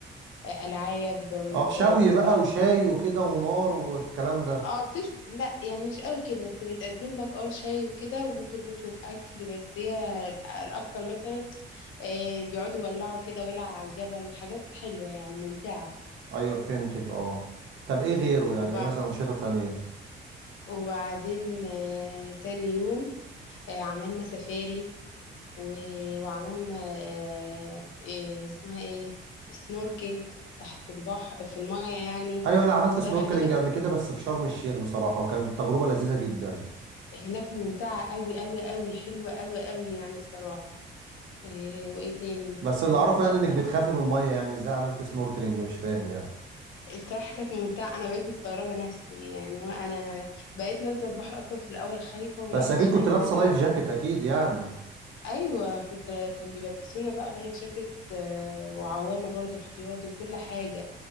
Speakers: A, on the left; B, on the right.
A: ألعاب م،
B: اه شوي
A: زي مسرح
B: بقى وشاي
A: حاجة
B: وكده ونار والكلام ده
A: اه بتش لا يعني مش قوي كده انت بتقدم لك اه شاي وكده وممكن تطلب اكل بس هي ال- الاكتر مثلا إيه، بيقعدوا يولعوا كده ولع على الجبل حاجات حلوة يعني ممتعة
B: ايوه فهمتك اه طب ايه غيره يعني
A: وبع-
B: ايه مثلا انشطه تانية
A: وبعدين آه، تاني يوم آه، عملنا سفاري و... وعملنا آه، إيه اسمها ايه سنوركينج تحت البحر في المايه يعني
B: ايوه انا عملت
A: الصراحة
B: سنوركلينج
A: دي كانت
B: قبل كده بس في شرم الشيخ بصراحه وكانت تجربه لذيذه جدا
A: هناك ممتعة قوي قوي قوي حلوة قوي قوي يعني الصراحة إيه وايه تاني
B: بس اللي
A: وبرضه
B: اعرفه يعني
A: اكتر
B: انك بتخافي من الميه يعني ازاي عملت سنوركلينج مش فاهم يعني
A: الصراحة كانت ممتعة انا بقيت مستغربة نفسي يعني وانا بقيت نازلة البحر اصلا في الاول خايفة ولا
B: بس
A: مش
B: اكيد كنت
A: هنزل
B: لابسه لايف
A: ولا
B: جاكيت
A: مش عارفة.
B: اكيد يعني
A: ايوه كنت كان بيلبسونا بقى لايف جاكيت آه، وعوامة برضه احتياطي وكل حاجة